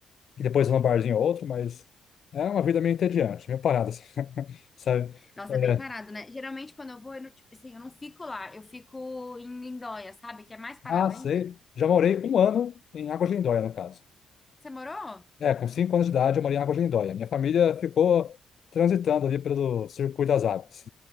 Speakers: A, on the left; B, on the left.
A: E depois eu vou num barzinho ou outro, mas é uma vida meio entediante, meio parada, assim. <laughs> Sabe?
B: Nossa,
A: É,
B: é bem parado, né? Geralmente quando eu vou, eu não, tipo, assim, eu não fico lá, eu fico em Lindóia, sabe? Que é mais parado
A: Ah, sei.
B: ainda.
A: Já morei um ano em Águas de Lindóia, no caso.
B: Você morou?
A: É, com cinco anos de idade eu morei em Águas de Lindóia. Minha família ficou transitando ali pelo circuito das águas,